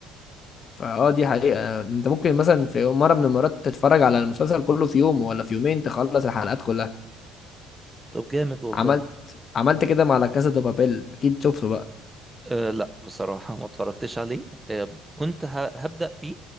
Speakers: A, on the left; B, on the right.
A: فاه دي حقيقة انت ممكن مثلا في يوم مرة من المرات تتفرج على المسلسل كله في يوم ولا في يومين تخلص الحلقات كلها
B: طب جامد والله
A: عملت عملت كده مع لا كاسا دي بابيل اكيد شفته بقى
B: أه لا بصراحة ما اتفرجتش عليه أه كنت ه- هبدأ فيه